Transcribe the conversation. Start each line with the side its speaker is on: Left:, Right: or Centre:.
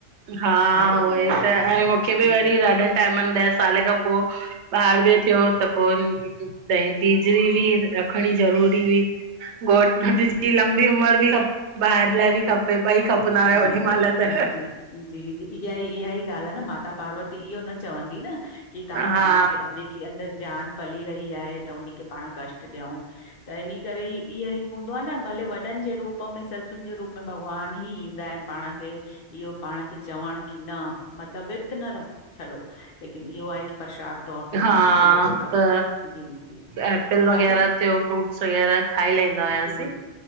Right: हा
Left: आहे
Right: उहो
Left: की
Right: ही
Left: न
Right: त ऐं मूंखे बि
Left: जी
Right: वरी
Left: जी
Right: ॾाढनि टाइमनि ॾह साल खां पो ॿार बि थियो त पो वरी त हे टिजड़ी भी हुई रखणी ज़रूरी हुई। घोट जी लंबी उमिरि भी खपे, ॿार लाइ भी खपे ॿई खपे खपंदा
Left: जी,
Right: हुया ओॾी
Left: ब
Right: महिल तह।
Left: जी जी इहा ई इहा ई ॻाल्हि आहे न माता पार्वती इहो न चवंदी न। की तव्हां
Right: हा
Left: पाण खे जेकी अंदर जान पली रही आहे त उन खे पाण कष्ट ॾियूं त इन करे ई ईहा हूंदो आ न भले वॾनि जे रूप में ससुनि जे रूप में भॻवानु ही ईंदा आहिनि पाण खे इहो पाण खे चवण की न मतलब विर्तु न रख, छॾोह। लेकिन इहो आहे की प्रशाद तौर ते तव्हां
Right: हा
Left: खाई वठो प-
Right: त
Left: जी, जी,
Right: एपल वगैरह
Left: अॼु जी,
Right: थियो फ्रूट सवेल खाई लाईंदा हुयासीं।
Left: जी